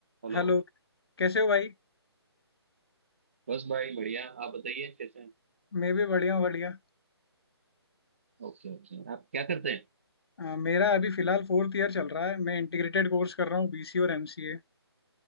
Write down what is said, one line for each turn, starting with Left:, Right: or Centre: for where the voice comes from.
Right: Hello
Left: हेलो कैसे हो भाई
Right: बस भाई बढ़िया आप बताइए कैसे हैं
Left: मैं भी बढ़िया हूँ बढ़िया
Right: ओके ओके आप क्या करते हैं
Left: अ, मेरा अभी फिलहाल फोर्थ ईयर चल रहा है मैं इंटीग्रेटेड कोर्स कर रहा हूँ बीसी और एमसीए